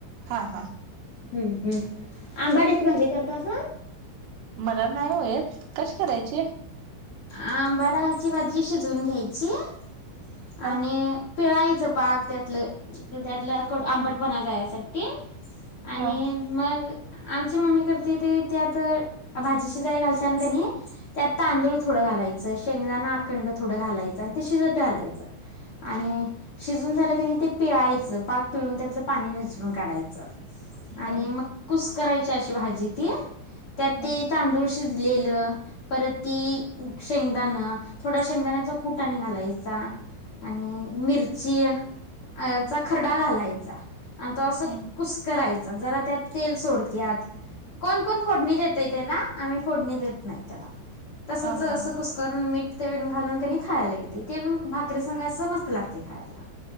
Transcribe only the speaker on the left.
हम्म हम्म. आंबाटची भाजी करत अस
आंबाडायची भाजी शिजवून घ्यायची. आणि.
पिळायचं पाक त्यातलं त्यातलं आंबट पणा जासाठी आणि
मग आमची मम्मी करते ते त्यात भाजीशी जाई घालतना कणी त्यात तांदूळथोडायच शेंगदाानना अखंड थोडं घालायचं आणि ते शिजत घालायचं आणि
शिजून झाल्या की नाही ते पिळायचं पाक पिळून त्यातलं पाणी निसरून काढायचं आणि
मग कुस करायची अशी भाजी ती त्यात
ते तांदूळ शिज लं परत ती शेंगदाण थोड शेंगदाण्याचा कुटनी घालायचा. आणि
मिरची अ चा खरडा झालाय. हा. आणि तो असं
कुस करायच जरा त्यात तेल सोडतत कोण कोण फोडणी देतेत. त्याला आम्ही फोडणी देत नाही त्याला. तसच
असं
कुसकरून मीठ ते घालून कणी खायला येते ते भाकरी सांगायचं मस्त लागते खायला.